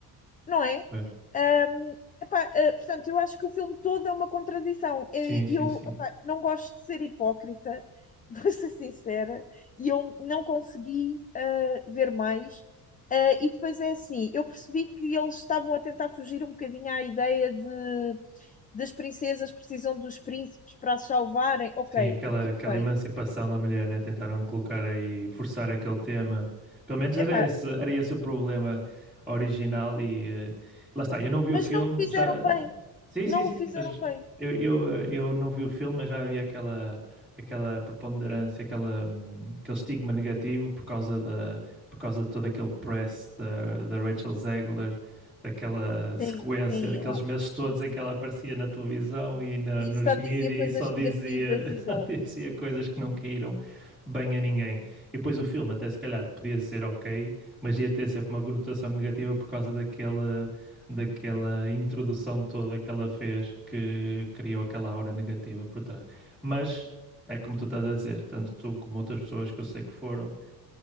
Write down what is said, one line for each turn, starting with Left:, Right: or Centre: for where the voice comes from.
Left: não é?
Centre: Pois.
Left: Ahm, epá, ah, portanto, eu acho que o filme todo é uma contradição.
Centre: Sim,
Left: Eu,
Centre: sim,
Left: eu,
Centre: sim.
Left: epá, não gosto de ser hipócrita, <laughs> vou ser sincera, e eu não consegui ah, ver mais. Ah, e depois é assim, eu percebi que eles estavam a tentar fugir um bocadinho à ideia de das princesas precisam dos príncipes para as salvarem. Ok,
Centre: Sim, aquela,
Left: tudo
Centre: aquela
Left: bem.
Centre: emancipação da mulher, né? Tentaram colocar aí, forçar aquele tema. Pelo menos era
Left: Epá,
Centre: esse, era esse o problema original e eh, lá está, eu não vi
Left: mas
Centre: o filme,
Left: não o fizeram
Centre: já.
Left: bem.
Centre: Sim,
Left: Não
Centre: sim, sim,
Left: o fizeram
Centre: mas
Left: bem.
Centre: eu, eu, eh, eu não vi o filme, mas já havia aquela, aquela preponderância, aquela, hum, aquele estigma negativo por causa da, por causa de todo aquele press da, da Rachel Zegler. Daquela sequência,
Left: Sim, sim.
Centre: daqueles
Left: ah,
Centre: meses todos
Left: sim.
Centre: em que ela aparecia na televisão e na-
Left: E
Centre: nos
Left: está
Centre: mídias
Left: a dizer coisas
Centre: e só dizia
Left: negativas,
Centre: <laughs>
Left: exato.
Centre: e coisas que não caíram bem a ninguém. E depois o filme, até se calhar, podia ser ok, mas ia ter sempre uma conotação negativa por causa daquela, daquela introdução toda que ela fez que criou aquela aura negativa por trás. Mas é como tu estás a dizer, tanto tu como outras pessoas que eu sei que foram,